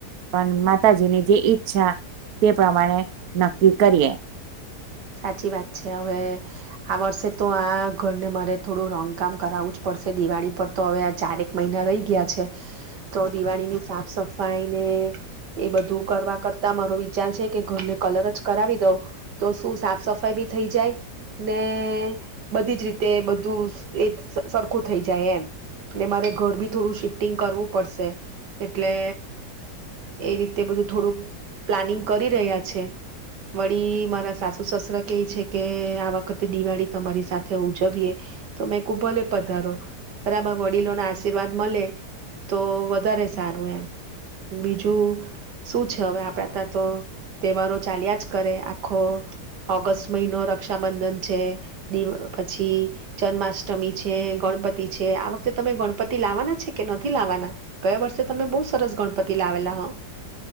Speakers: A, on the right; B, on the right.
A: પણ માતાજીની જે ઈચ્છા તે પ્રમાણે નક્કી કરીએ.
B: સાચી વાત છે હવે આ વર્ષે તો આ ઘરને મારે થોડું રંગકામ કરાવવું જ પડશે દિવાળી પર તો હવે આ ચારેક મહિના રહી ગયા છે તો દિવાળીની સાફ સફાઈ ને એ બધું કરવા કરતા મારો વિચાર છે કે ઘરને કલર જ કરાવી દઉ તો શું? સાફ સફાઈ બી થઈ જાય ને બધી જ રીતે બધું એ સરખું થઈ જાય એમ ને મારે ઘર બી થોડું શિફ્ટિંગ કરવું પડશે એટલે એ રીતે બધું થોડુંક પ્લાનિંગ કરી રહ્યા છે વળી મારા સાસ કે છે કે આ વખતે દિવાળી તમારી સાથે ઉજવીએ તો મેં કુ ભલે પધારો બરાબર વડીલોના આશીર્વાદ મળે તો વધારે સારું એમ બીજું શું છે હવે આપડા ત્યાં તો તહેવારો ચાલ્યા જ કરે આખો ઓગસ્ટ મહિનો રક્ષાબંધન છે દ પછી જન્માષ્ટમી છે ગણપતિ છે આ વખતે તમે ગણપતિ લાવવાના છે કે નથી લાવવાના ગયા વર્ષે તમે બહુ સરસ ગણપતિ લાવેલા હો.